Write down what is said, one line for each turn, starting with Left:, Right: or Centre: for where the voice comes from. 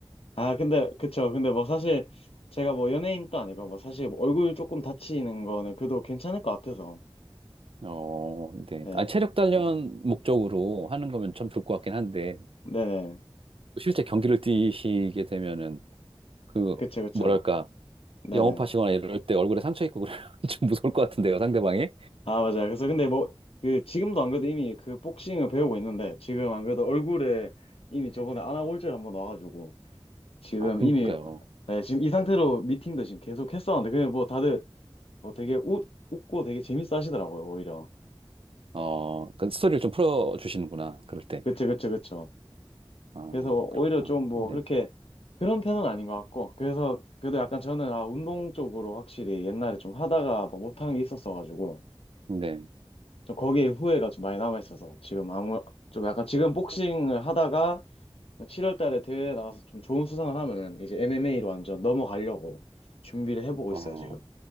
Left: 아, 근데, 그쵸. 근데 뭐 사실 제가 뭐 연예인도 아니고 뭐 사실 뭐 얼굴 조금 다치는 거는 그래도 괜찮을 것 같아서.
Right: 어, 네.
Left: 네.
Right: 아, 체력 단련 목적으로 하는 거면 참 좋을 것 같긴 한데.
Left: 네네.
Right: 실제 경기를 뛰시게 되면은 그
Left: 그쵸, 그쵸.
Right: 뭐랄까
Left: 네네.
Right: 영업하시거나 이럴 때 얼굴에 상처 있고 그러면 <laughs> 좀 무서울 것 같은데요, 상대방이.
Left: 아, 맞아요. 그래서 근데 뭐 그 지금도 안 그래도 이미 그 복싱을 배우고 있는데 지금 안 그래도 얼굴에 이미 저번에 안아골절 한번 와가지고 지금
Right: 아, 그러니까요.
Left: 이미 네, 지금 이 상태로 미팅도 지금 계속 했었는데 근데 뭐 다들 뭐 되게 웃, 웃고 되게 재밌어 하시더라고요, 오히려.
Right: 어, 그 스토리를 좀 풀어주시는구나, 그럴 때.
Left: 그쵸, 그쵸, 그쵸.
Right: 아,
Left: 그래서 오히려
Right: 그렇구나.
Left: 좀 뭐
Right: 네.
Left: 그렇게 그런 편은 아닌 것 같고 그래서 그래도 약간 저는 아 운동 쪽으로 확실히 옛날에 좀 하다가 뭐 못한 게 있었어가지고
Right: 네.
Left: 좀 거기에 후회가 좀 많이 남아 있어서 지금 아무 좀 약간 지금 복싱을 하다가 7월 달에 대회 나가서 좀 좋은 수상을 하면은 이제 MMA로 완전 넘어가려고 준비를 해보고
Right: 어,
Left: 있어요 지금